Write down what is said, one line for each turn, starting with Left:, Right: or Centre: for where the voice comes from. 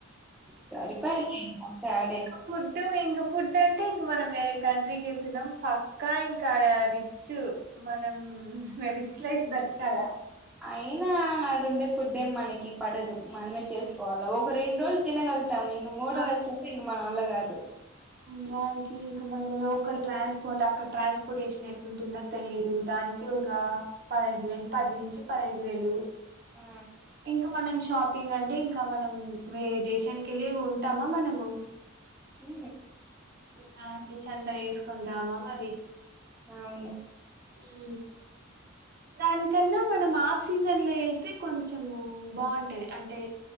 Centre: సరిపలె
Right: ఇంక ఫుడ్ ఎంగ ఫుడ్ అంటే ఇంక మనం వేరే కంట్రీకి వెళ్తున్నాం పక్కా ఇంకా రిచ్ మనం ఉ రిచ్ లైఫ్ బతికాల
Centre: అయినా ఆడుండే ఫుడ్ ఏం మనకి పడదు మనమే చేసుకోవాలా ఒక రెండు రోజులు తినగలుగుతాం ఇంగ మూడ
Right: ఆ
Centre: వయసుల ఎంగ మన వల్ల గాదు
Right: దానికి ఇంకా మళ్ళీ లోకల్ ట్రాన్స్పోర్ట్ అక్కడ ట్రాన్స్పోర్టేషన్ ఎట్లుంటుందో తెలీదు దానికి ఒక పదహైదు వేలు పది నుంచి పదహైదు వేలు
Centre: ఆ
Right: ఇంకా మనం షాపింగ్ అంటే ఇంకా మనం వేరే దేశానికి వెళ్ళి ఉంటామా మనము
Centre: హు
Right: నా నుంచి అంతా వేసుకొని రామా మరి
Centre: అవును
Right: ఊ దానికన్నా మనం ఆఫ్ సీజన్ లో ఎళ్తే కొంచము బాగుంటది అంటే